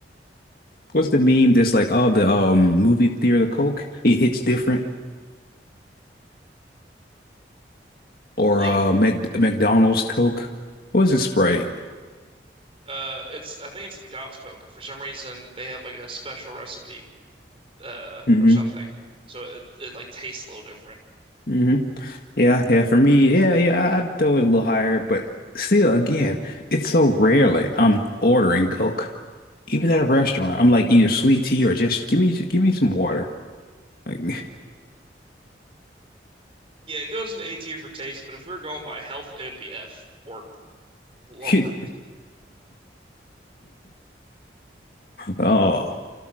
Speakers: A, on the left (about 55°); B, on the right (about 30°).
A: What's the meme that's like, oh, the um movie theater Coke, it hits different, or
B: Yeah.
A: uh Mac McDonald's Coke. What's it Sprite?
B: Uh, it's I think it's the McDonald's Coke. For some reason, they have like a special recipe uh,
A: hmm
B: or something. So it, it like tastes a little different.
A: hmm Yeah, yeah. For me, yeah, yeah. I- I'd throw it a little higher, but still, again, it's so rarely I'm ordering Coke. Even at a restaurant, I'm like either sweet tea or just give me give me some water. Like,
B: Yeah, it goes into A tier for taste, but if we were going by health, it would be F or lower.
A: <laughs> oh,